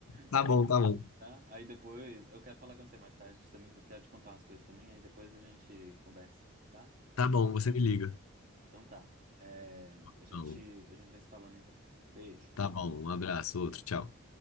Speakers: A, on the left; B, on the right.
A: Tá
B: É,
A: bom, tá bom.
B: tá? Aí depois eu quero falar com você mais tarde. Você me- eu quero te contar umas coisas também. Aí depois a gente conversa, tá?
A: Tá
B: Hum.
A: bom, você me liga.
B: Então tá. É, a gente,
A: Então,
B: a gente vai se falando então. Beijo.
A: tá bom,
B: Hum.
A: um abraço, outro, tchau.
B: Tchau.